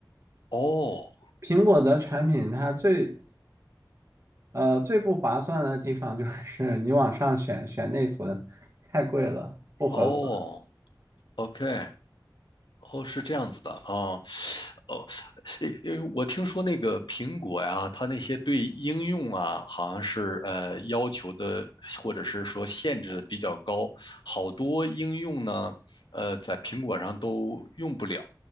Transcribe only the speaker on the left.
哦
哦，OK。哦，是这样子的啊，哦，诶因为我听说那个苹果呀，它那些对应用啊，好像是呃要求的或者是说限制的比较高，好多应用呢，呃，在苹果上都用不了。